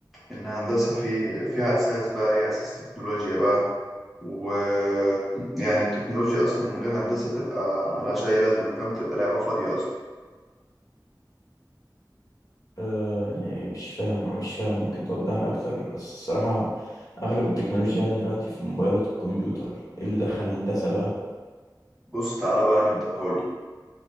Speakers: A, in the centre; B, on the left.
A: ان هندسه في فيها اساس بقى هي اساس تكنولوجيا بقى و يعني التكنولوجيا اصلا من غير هندسه تبقى ملهاش اي لازمه فاهم تبقى لعبه فاضيه اصلا
B: آه، يعني مش فاهم مش فاهم ممكن توضح لي اكتر بس الصراحه اغلب التكنولوجيا يعني دلوقتي في الموبايلات والكمبيوتر ايه اللي دخل هندسه بقى
A: بص تعالى بقى نبدا هقول